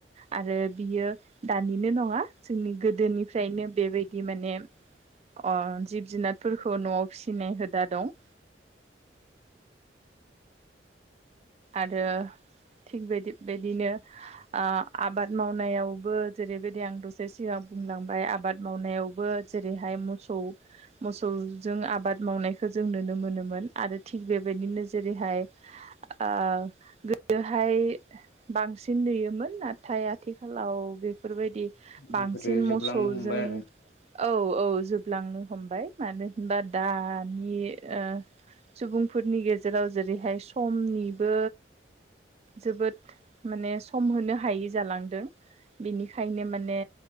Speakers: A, on the right; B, on the left.
A: आरो बियो दानिनो नङा जोंनि गोदोनिफ्रायनो बेबायदि माने अ जिब जुनादफोरखौ न'आव फिसिनाय हुदा दं। आरो थिग बेदि बिदिनो ओ आबाद मावनायावबो जेरैबायदि आं दसे सिगाव बुंलांबाय आबाद मावनायावबो जेरैहाय मसौ मसौजों आबाद मावनायखो जों नुनो मोनोमोन आरो थिग बेबायदिनो जेरैहाय आ गोदोहाय बांसिन नुयोमोन नाथाय आथिखालाव बेफोर बायदि बांसिन
B: बेफोरो जोबलांनो
A: मस'जों
B: हमबाय आरो
A: औ औ जोब लांनो हमबाय मानो होनबा दानि ओ सुबुंफोरनि गेजेराव जेरैहाय समनि बो जोबोद माने सम होनो हायि जालांदों। बिनिखायनो माने